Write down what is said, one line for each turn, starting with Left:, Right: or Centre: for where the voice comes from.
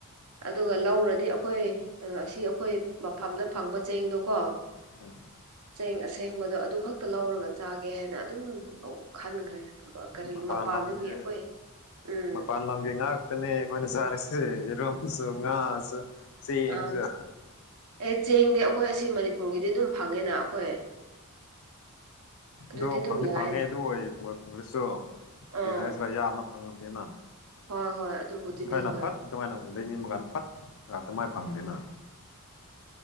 Right: ꯑꯗꯨꯒ ꯂꯧꯔꯗꯤ ꯑꯩꯈꯣꯏ ꯑꯁꯤ ꯑꯩꯈꯣꯏ__ ꯃꯐꯝꯗ ꯐꯪꯕ ꯆꯦꯡꯗꯣꯀꯣ꯫
Left: ꯎꯝ
Right: ꯆꯦꯡ ꯑꯁꯦꯡꯕꯗꯣ ꯑꯗꯨ ꯈꯛꯇ ꯂꯧꯔꯒ ꯆꯥꯒꯦ ꯍꯥꯏꯅ ꯑꯗꯨꯝ ꯈꯟꯈ꯭ꯔꯦ꯫ ꯀꯔꯤ
Left: ꯃꯄꯥꯟ
Right: ꯃꯄꯥꯟꯗꯒꯤ
Left: ꯂꯝꯒꯤ
Right: ꯑꯩꯈꯣꯏ ꯎꯝ
Left: ꯃꯄꯥꯟ ꯂꯝꯒꯤ ꯉꯥꯛ__ ꯅꯦ ꯈꯣꯏꯅ ꯆꯥꯔꯦꯁꯦ ꯔꯣꯝꯁꯨ ꯉꯥꯁꯨ꯫ ꯆꯦꯡꯁꯨ
Right: ꯑꯥ ꯑꯦ ꯆꯦꯡꯗꯤ ꯑꯩꯈꯣꯏ ꯑꯁꯤ ꯃꯅꯤꯄꯨꯔꯒꯤꯗꯤ ꯑꯗꯨꯝ ꯐꯪꯉꯦꯅ ꯑꯩꯈꯣꯏ꯫ ꯑꯗꯨꯗꯤ
Left: ꯑꯗꯣ
Right: ꯑꯗꯨꯝ
Left: ꯐꯪꯗꯤ
Right: ꯌꯥꯏꯅ
Left: ꯐꯪꯉꯦ ꯑꯗꯨ ꯑꯣꯏꯁꯨ ꯀꯔꯤ
Right: ꯑꯥ
Left: ꯍꯥꯏꯁꯤ꯭ꯔꯥ ꯌꯥꯝꯅ ꯐꯪꯉꯝꯗꯦꯅ꯫
Right: ꯍꯣꯏ ꯍꯣꯏ ꯑꯗꯨꯕꯨꯗꯤꯅꯦ
Left: ꯈꯔꯅ
Right: ꯍꯣꯏ
Left: ꯐꯠ ꯑꯗꯨꯃꯥꯏꯅ ꯎ ꯂꯩꯅꯤꯕ ꯀꯥꯟꯗ ꯐꯠ ꯑꯗꯨꯃꯥꯏꯅ ꯐꯪꯗꯦꯅ